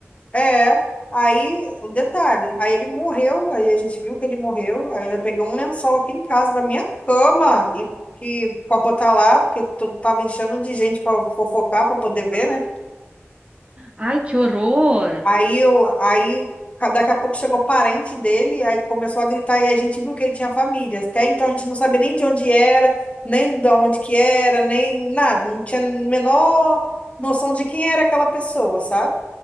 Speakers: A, on the left; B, on the right.
A: É. Aí, o detalhe, aí ele morreu, aí a gente viu que ele morreu. Eu ainda peguei um lençol aqui em casa da minha cama e que para botar lá, porque todo tava enchendo de gente para fofocar, para poder ver, né?
B: Ai, que horror!
A: Aí eu, aí ca- daqui a pouco chegou parente dele, aí começou a gritar e a gente viu que ele tinha família. Até então a gente não sabia nem de onde era, nem de onde que era, nem nada, não tinha a menor noção de quem era aquela pessoa, sabe?